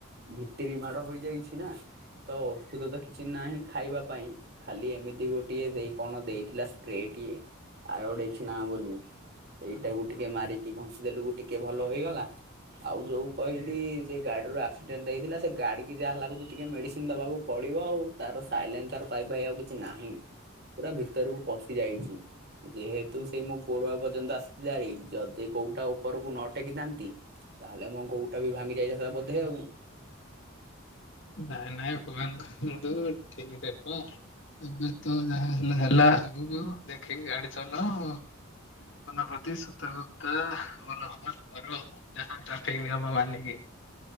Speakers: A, on the right (about 50°); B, on the left (about 60°).
A: ଭିତ୍ତିରି ମାଡ଼ ହେଇ ଯାଇଛି ନା। ତ ଔଷଧ ତ କିଛି ନାହିଁ ଖାଇବା ପାଇଁ। ଖାଲି ଏମିତି ଗୋଟିଏ ଦେଇ କଣ ଦେଇଥିଲା ସ୍ପ୍ରେ ଟିଏ <unintelligible> ସେଇଟାକୁ ଟିକେ ମାରିକି ଘଂଶିଦେଲୁ ଟିକେ ଭଲ ହେଇଗଲା। ଆଉ ଯୋଉ କହିଲି ସେଇ ଗାଡିରୁ ଆକ୍ସିଡେଣ୍ଟ ହେଇଥିଲା ସେ ଗାଡ଼ି କି ଯାହା ହେ ଲାଗୁଛି ଟିକେ ମେଡିସିନ ଦବାକୁ ପଡ଼ିବ ଆଉ ତାର ସାଇଲେନ୍ସର ପାଇପ୍ ଭାଇ ଆଉ କିଛି ନାହିଁ। ପୁରା ଭିତରକୁ ପଶି ଯାଇଛି ଯେହେତୁ ସେଇ ମୋ ଗୋଡ଼ଆ ପର୍ଯ୍ୟନ୍ତ ଆସି ଥିଲା ହାରି। ଯଦି ଗୋଉଟା ଉପରକୁ ନ ଟେକିଥାନ୍ତି ତାହେଲେ ମୋ ଗୋଉଟା ବି ଭାଙ୍ଗି ଯାଇଥାଆନ୍ତା ବୋଧେ ଆଉ?
B: ନାଇଁ ନାଇଁ ଭଗବାନ କରନ୍ତୁ ଠିକ ରେ ରୁହ। ଏବେ ତ ଯାହା ହେଲା ହେଲା ଆଗକୁ ଦେଖିକି ଗାଡି ଚଲାଅ। ଜୀବନ ପ୍ରତି ସତର୍କତା ଅବଲମ୍ୱନ କର। ଯାହା ଟ୍ରାଫିକ ନିୟମ ମାନିକି